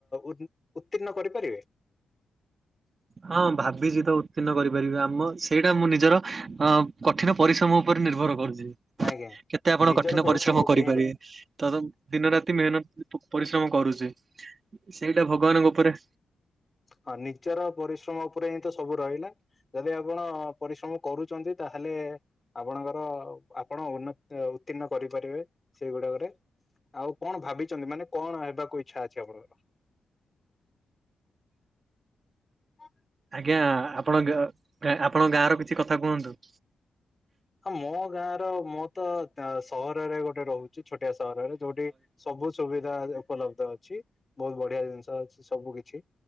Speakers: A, on the left; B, on the right.
A: ଉତ୍ତୀର୍ଣ କରିପାରିବେ?
B: ହଁ ଭାବିଛି ତ ଉତ୍ତୀର୍ଣ୍ଣ କରିପାରିବି ଆମ ସେଇଟା ମୁଁ ନିଜର ଅ କଠିନ ପରିଶ୍ରମ ଉପରେ ନିର୍ଭର କରୁଛି।
A: ଆଜ୍ଞା।
B: କେତେ ଆପଣ
A: ନିଜର
B: କଠିନ ପରିଶ୍ରମ
A: ଉପରେ
B: କରିପାରିବେ
A: ହିଁ
B: ତ ଦିନ ରାତି ମେହନତ ପରିଶ୍ରମ କରୁଛି ସେଇଟା ଭଗବାନଙ୍କ ଉପରେ
A: ହଁ ନିଜର ପରିଶ୍ରମ ଉପରେ ହିଁ ତ ସବୁ ରହିଲା ଯଦି ଆପଣ ପରିଶ୍ରମ କରୁଛନ୍ତି ତାହେଲେ ଆପଣଙ୍କର ଆପଣ ଉନ ଉତ୍ତୀର୍ଣ୍ଣ କରିପାରିବେ ସେଇଗୁଡାକରେ ଆଉ କଣ ଭାବିଛନ୍ତି ମାନେ କଣ ହେବାକୁ ଇଛା ଅଛି ଆପଣଙ୍କର <inaudible> ହଁ
B: ଆଜ୍ଞା ଆପଣ ଆପଣଙ୍କ ଗାଁ ର କିଛି କଥା କୁହନ୍ତୁ
A: ଆ ମୋ ଗାଁ ର ମୋ ତ ସହରରେ ଗୋଟେ ରହୁଛି ଛୋଟ ସହରରେ ଯୋଉଠି ସବୁ ସୁବିଧା। ଉପଲବ୍ଧ ଅଛି ବହୁତ ବଢିଆ ଜିନିଷ ଅଛି ସବୁ କିଛି